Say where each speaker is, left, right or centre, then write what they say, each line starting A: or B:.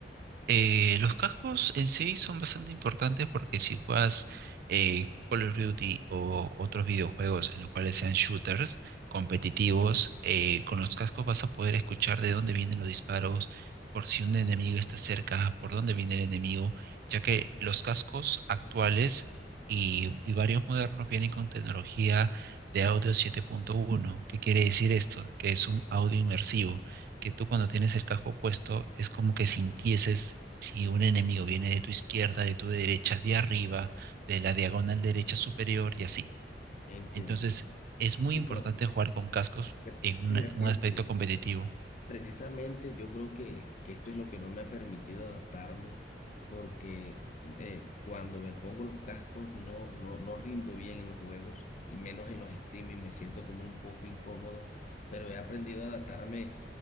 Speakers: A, on the right (about 55°); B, on the left (about 45°).
A: Eh, los cascos en sí son bastante importantes porque si juegas eh, Call of Duty o otros videojuegos en los cuales sean shooters competitivos, eh, con los cascos vas a poder escuchar de dónde vienen los disparos, por si un enemigo está cerca, por dónde viene el enemigo, ya que los cascos actuales y, y varios modernos vienen con tecnología de audio 7.1. ¿Qué quiere decir esto? Que es un audio inmersivo que tú cuando tienes el casco puesto es como que sintieses si un enemigo viene de tu izquierda, de tu derecha, de arriba, de la diagonal derecha superior y así.
B: Entendí.
A: Entonces, es muy
B: Sí,
A: importante
B: <laughs> pero
A: jugar con cascos
B: gra-
A: en
B: sí,
A: un,
B: Graciela.
A: un aspecto competitivo
B: Precisamente yo creo que, que esto es lo que no me ha permitido adaptarme porque eh, cuando me pongo los cascos no, no, no rindo bien en los juegos y menos en los streaming, me siento como un poco incómodo, pero he aprendido a adaptarme